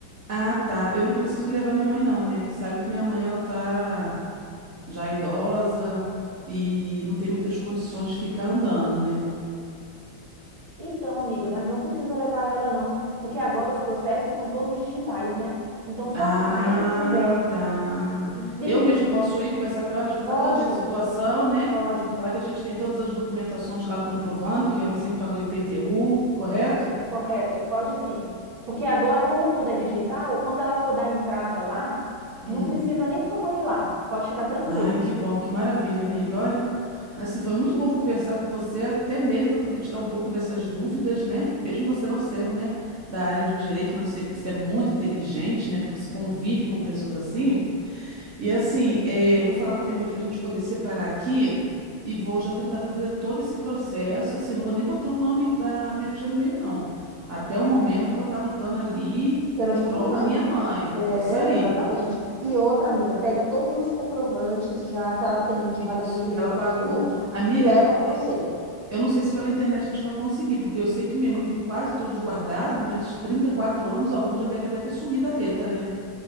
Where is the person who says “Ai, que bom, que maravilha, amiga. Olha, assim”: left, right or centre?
Right